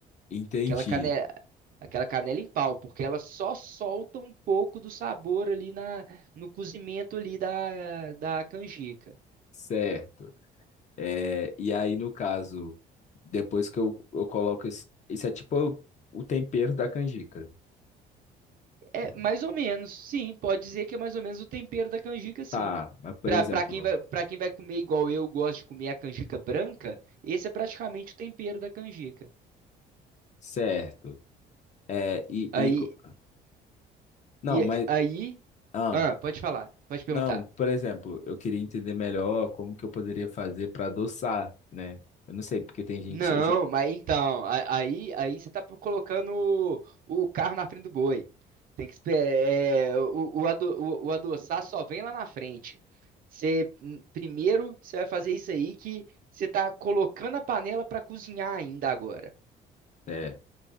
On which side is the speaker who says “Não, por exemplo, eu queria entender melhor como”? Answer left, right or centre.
Left